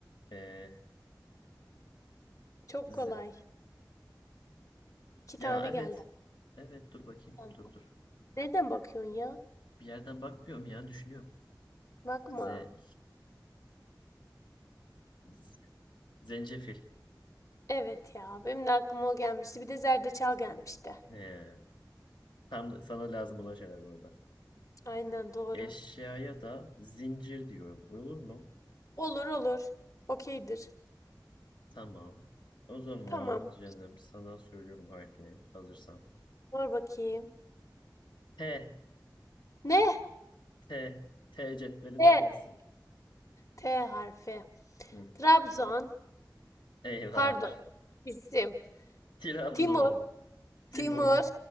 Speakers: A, on the left; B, on the left.
A: Ee,
B: Çok
A: ze-
B: kolay. İki
A: ya
B: tane
A: evet.
B: geldi.
A: Evet dur bakayım.
B: Yani.
A: Dur dur.
B: Nereden bakıyorsun ya?
A: Bir yerden bakmıyorum ya düşünüyorum.
B: Bakma.
A: Ze, z- zencefil.
B: Evet ya, benim de aklıma o gelmişti. Bir de zerdeçal gelmişti.
A: Ee, tam da- sana lazım olan şeyler bu arada.
B: Aynen doğru.
A: Eşyaya da zincir diyorum. Olur mu?
B: Olur olur. Okeydir.
A: Tamam. O zaman
B: Tamam.
A: canım sana söylüyorum harfini hazırsan.
B: Sor bakayım.
A: T
B: Ne?
A: T. T cetvelin
B: T.
A: T'si.
B: T harfi.
A: Hı.
B: Trabzon.
A: Eyvah.
B: Pardon. İsim.
A: Trabzon.
B: Timur.
A: Timur.
B: Timur.